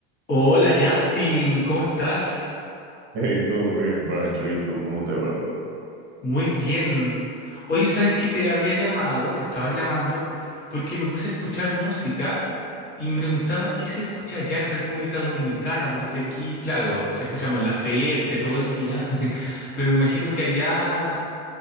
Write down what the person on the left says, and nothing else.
Hola Justin, ¿cómo estás?
Muy bien. Oye, ¿sabes que te había llamado? Te estaba llamando porque me puse a escuchar música y me preguntaba qué se escucha allá en República Dominicana, porque aquí, claro, se escuchamos la Ferte todo el día, <laughs> pero me imagino que allá,